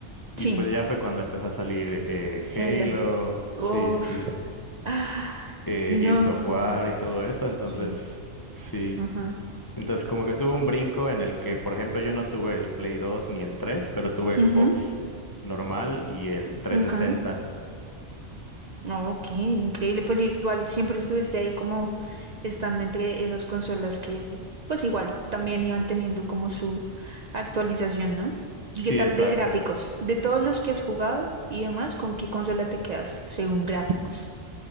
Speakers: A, on the left; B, on the right.
A: Y
B: sí,
A: pues ya fue cuando empezó a salir eh,
B: Hello.
A: Halo.
B: Uf.
A: Sí, sí, sí.
B: Ah,
A: eh,
B: no,
A: Gears of War
B: me encanta.
A: y todo eso, entonces
B: Aquí es.
A: sí.
B: Ajá.
A: Entonces como que tuve un brinco en el que, por ejemplo, yo no tuve el Play 2 ni el 3, pero tuve
B: Ujú,
A: Xbox normal y el 360.
B: Ok. Ok, increíble. Pues igual siempre estuviste ahí como estando entre esas consolas que pues igual también iban teniendo como su actualización, ¿no? ¿Y qué
A: Sí,
B: tal
A: exacto.
B: de gráficos? De todos los que has jugado y demás, ¿con qué consola te quedas según gráficos?